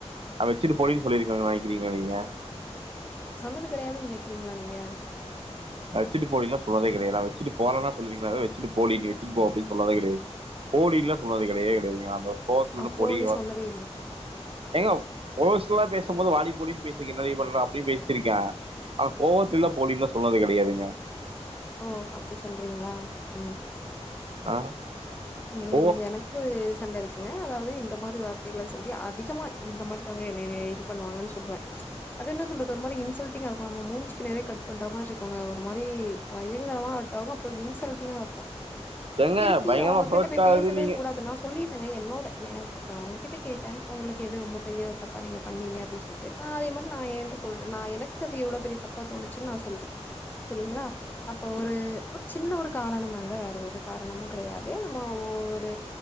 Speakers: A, on the right (about 55°); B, on the left (about 15°).
A: நா வச்சுட்டு போடி சொல்லிருக்கேங்க நெனக்கிறீங்களா நீங்க
B: சொன்னது கெடையாதுன்னு நெனைக்கிறீங்களா நீங்க
A: நா வச்சுட்டு போலன்ன சொன்னதே கெடையது நா வச்சுட்டு போகலன்னா சொல்லிருே அத வச்சுட்டு போல நீ வச்சுட்டு போக அப்படனு சொன்னதே கெடையாதுலன்னல சொன்னது கெடைய கையாதுங்க அந்த கோவத்துல இருந்து
B: அப்போடி
A: பொடிக்க
B: சொன்னதே
A: <unintelligible> எங்க ஒசலாம் பேச போது வாடி போடின்னு பேசிக்கே நெறைய பண்றன் அப்டின் பேசிருக்கே அஹ் கோவத்துல
B: இல்ல
A: போடின்னுதா சொன்னது அடியாதீங்க
B: ஓ அப்படி சொல்றீங்களா உம்
A: ஆ
B: எங்
A: கோ
B: எனக்கு சண்ட இருக்கு ங்க அதாவது இந்த மாதி வார்த்தை சொல்லி அதிகமா இந்த மாரிதாங்க என்ன இது பண்ணுவாங்கன்னு சொல்றே அது என்ன சொல்றது ஒரு மாரி இன்சல்ட்ங்கா உ மூஞ்சிக்கு நேர கட் பண்ற மாரி இருக்குங்க ஒரு மாரி பயங்கரமா விட்டாங்க அப்பற இன்சல்ட்டிங்கா இருக்கு
A: ஏங்க
B: திருப்பி
A: பயங்கரமா
B: அவங்ககிட்ட
A: ஹர்ட்
B: போய்
A: ஆகுது
B: பேசவே
A: நீங்க
B: கூடாது நா சொல்லி ங்க என்னோட ஏ இப்ப ஒங்ககிட்ட கேட்டே உங்களுக்கு எது ரொம்ப பெரிய தப்பா நீங்க பண்ணீங்க அப்டின்னு சொல்லிட்டு நா அதே மாரி நா ஏன்ட்ட சொல்றே நா எனக்கு அது எவ்வளவு பெரிய தப்பா தோணுச்சுன்னு நா சொல்றே சரிங்களா அப்போ ஒரு ஒரு சின்ன ஒரு காரண தாங்க வேற ஒரு காரணமு கெடையாது நம்ம ஒரு